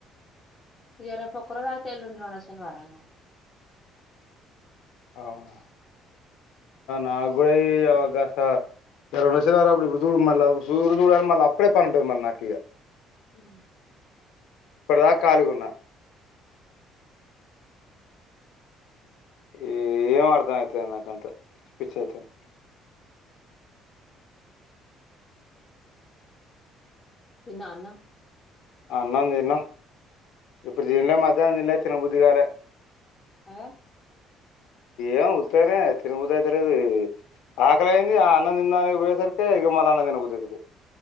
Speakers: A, on the left; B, on the left.
A: ఇగ రేపు ఒక్కరోజు ఆగితే తె ఎల్లుండి రెండో శనివారంగా
B: అవును నాకు ఇప్పుడు అ రెండో శనివారం అప్పు ఇప్పుడు చూడు మల్ చూడు చూడు మళ్ళ అప్పుడే పని ఉంటది. మళ్ళ నాకు
A: హ
B: ఇప్పుడదాకా ఖాళీగున్న, ఏ ఏం అర్ధం అయిత లేదు. నాకంత పిచ్చిపిచ్చి అయితాంది.
A: తిన్నావా అన్నం.
B: అన్నం తిన్నం ఇప్పుడు దీన్లే మధ్యాహ్నం తిన్లే తినబుద్ధి కాలే.
A: అదే
B: ఏం ఉత్తగనే తిన బుద్ధియితలేదు ఆకలియింది. ఆ అన్న తినుదానికి పోయేసరికే ఇక మళ్ళ అన్నం తిన బుద్ధియితలేదు.